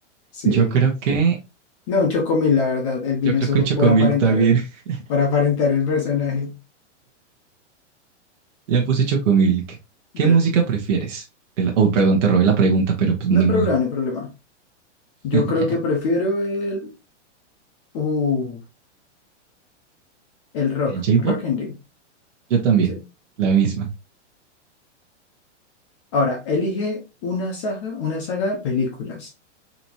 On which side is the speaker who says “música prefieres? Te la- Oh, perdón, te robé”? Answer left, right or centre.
Right